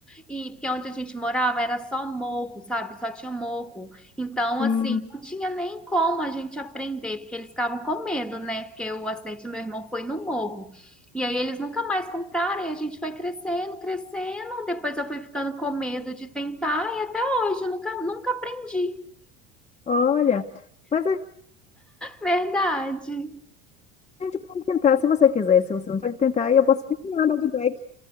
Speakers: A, in the centre; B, on the left.
A: e porque é onde a gente morava era só morro, sabe? Só tinha morro. Então,
B: sim.
A: assim, não tinha nem como a gente aprender, porque eles ficavam com medo, né? Porque o acidente do meu irmão foi no morro. E aí eles nunca mais compraram, e a gente foi crescendo, crescendo. Depois eu fui ficando com medo de tentar, e até hoje eu nunca, nunca aprendi.
B: Olha, mas a
A: Verdade.
B: gente pode tentar se você quiser. Se você não pode tentar, aí eu posso te ensinar a andar de bike.